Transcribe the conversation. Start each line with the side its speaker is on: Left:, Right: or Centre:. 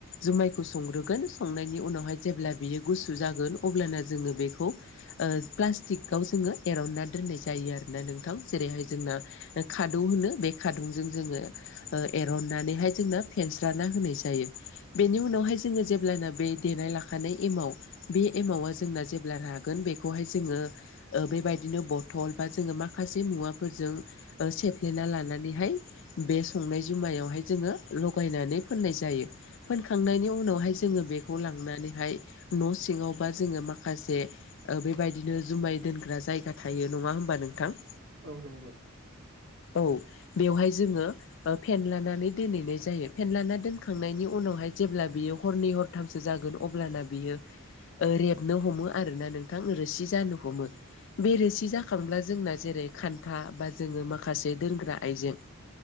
Left: जुमायखौ संग्रोगोन संनायनि उनावहाय जेब्ला बियो गुसु जागोन अब्लाना जोङो बेखौ ओ प्लास्टिकाव जोङो एरनना दोननाय जायो आरोना नोंथां। जेरैहाय जोंना खादौ होनो बे खादुंजों जोङो एरननानैहाय जों मा फेनस्राना होनाय जायो। बेनि उनावहाय जोङो जेब्लायानो बे देनाय ला खानाय एमाव बे एमावा जोंना जेब्ला रागोन बेखौहाय जोङो बेबायदिनो बथल बा जोङो माखासे मुवाफोरजों ओ सेफ्लेना लानानैहाय बे संनाय जुमायावहाय जोङो लगायनानै फोननाय जायो। फोनखांनायनि उनावहाय
Right: औ
Left: जोङो बेखौ लांनानैहाय न' सिङावबा जोङो माखासे बेबायदिनो जुमाय दोनग्रा जायगा थायो नङा होमबा नोंथां?
Right: औ नंगौ।
Left: औ बेवहाय जोङो फेनलानानै दोनहैनाय जायो फेनलाना दोनखांनायनि उनावहाय जेब्ला बियो हरनै हरथामसो जागोन अब्लाना बियो ओ रेबनो हमो आरोना नोंथां रोसि जानो हमो। बे रोसि जाखांब्ला जोंना जेरै खान्था बा जोङो माखासे दोनग्रा आइजें